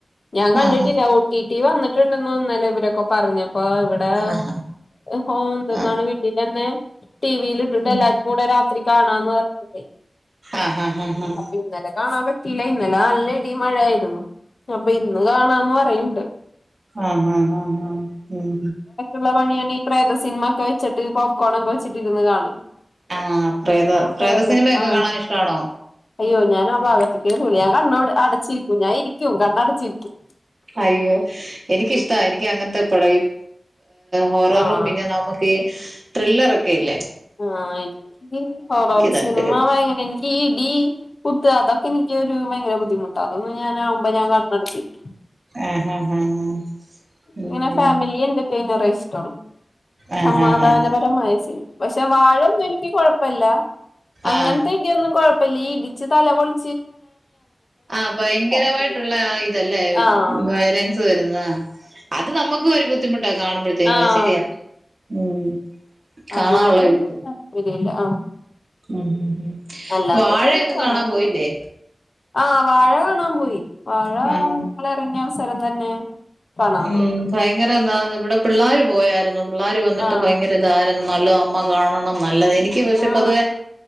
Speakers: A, on the left (about 65°); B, on the right (about 65°).
A: ഞാൻ കണ്ടിട്ടില്ല.
B: ആ ഹാ
A: ഒ ടി ടി വന്ന്ട്ടുണ്ടെന്ന് ഇന്നലെ ഇവരൊക്കെ പറഞ്ഞപ്പോ ഇവടാ
B: ആ ഹാ
A: ഹോ എന്തെന്നാണ്
B: ആ
A: വി വീട്ടിലെന്നെ ടീ വില് ഇട്ടിട്ട്
B: ഉം.
A: എല്ലാർക്കൂടെ രാത്രി കാണാന്ന് പർഞ്ഞിട്ടെ
B: ആഹ് ഹ ഹ
A: ഇന്നലെ കാണാൻ പറ്റിയില്ല ഇന്നലെ നല്ല ഇടിയും മഴയായിരുന്നു അപ്പൊയിന്ന് കാണാന്ന് പറയ്ണ്ട്
B: ആഹ് ഹഹ് ആഹ് ഹഹ് ഉം
A: ള്ള പണിയാണെ ഈ പ്രേത സിനമക്കെ വെച്ചിട്ട് പോപ്കോണൊക്കെ വെച്ചട്ടിരുന്ന് കാണല്
B: ആഹ് പ്രേത
A: ഞാൻ
B: പ്രേത
A: പ്രേതം
B: സിനിമയൊക്കെ
A: ആഹ്
B: കാണാനിഷ്ടവാണോ?
A: അയ്യോ ഞാനാ ഭാഗത്ത്ക്കേ പോവില്ല ഞാൻ കണ്ണടച്ചിരിക്കും ഞാ ഇരിക്കും കണ്ണടച്ചിരിക്കും
B: അയ്യോ എനിക്കിഷ്ടാ
A: ഉം
B: എനിക്ക് അങ്ങനത്തെ പടം ഹൊററും,
A: ആഹ്
B: പിന്നെ നമു ക്ക് ത്രില്ലറൊക്കെയില്ലേ?
A: ങ്ങാ, എനിക്ക് ഈ ഹൊററ്
B: താല്പര്യം
A: സിനിമ ഭയങ്കര ഇൻക്കീ ഇടി, കുത്ത്, അതൊക്കെ എനിക്ക് ഒരു ഭയങ്കര ബുദ്ധിമുട്ടാ അതൊന്നും ഞാനാവുമ്പോ ഞാ കണ്ണടച്ചിരിക്കും
B: ആഹ് ആഹ് ആഹ് ആ ഉം.
A: ഇങ്ങനെ ഫാമിലി എന്റർടൈനറേയിഷ്ടൊള്ളു
B: ആ
A: സമാധാനപരമായ
B: ഹാ ഹാ ഹാ
A: സിനിമ പക്ഷെ വാഴൊന്നും എനിക്ക് കൊഴപ്പല്ല അങ്ങനത്തെ
B: ആ
A: ഇടിയൊന്നും കൊഴപ്പല്ല ഈ ഇടിച്ച് തല പൊളി
B: ആ ഭയങ്കരവായിട്ടുള്ള
A: താല്പര്യല്ല
B: ആ ഇതല്ലേ?
A: ആഹ്
B: വയലൻസ് വരുന്ന അത് നമ്മക്കും ഒരു ബുദ്ധിമുട്ടാ കാണുമ്പഴത്തേനും
A: ആഹ്
B: അത്ശരിയാ ഉം കാണാനുള്ള
A: അതിനോടെനിക്ക്
B: ഇത്
A: താൽപര്യല്ല ആഹ്
B: ഉം ഉം
A: അല്ലാത്തത്
B: വാഴയൊന്നും
A: കാണാറുണ്ട്
B: കാണാൻ പോയില്ലേ?
A: ആഹ് വാഴ കാണാം പോയി വാഴ
B: ആഹ്
A: ഞ്ഞങ്ങളെറങ്ങിയ അവസരം തന്നെ കാണാൻ
B: ഉം
A: പോയി
B: ഭയങ്കരെതാന്ന് ഇവടെ പിള്ളേര് പോയാരുന്നു പിള്ളേര് വന്നിട്ട്
A: ആഹ്
B: ഭയങ്കരെതാ യിരുന്നു നല്ലതാ അമ്മ കാണണം നല്ലത് എനിക്ക് പക്ഷെ
A: ആഹ്
B: പൊതുവെ